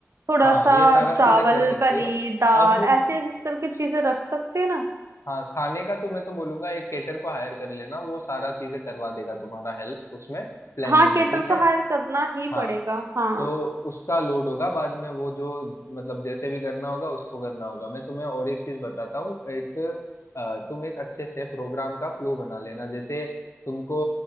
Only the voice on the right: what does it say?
थोड़ा
सा
चावल
पनीर
दाल
ऐसी ऐसी करके चीजें रख सकते हैं ना
हाँ केटर
तो हायर करना ही
पड़ेगा हाँ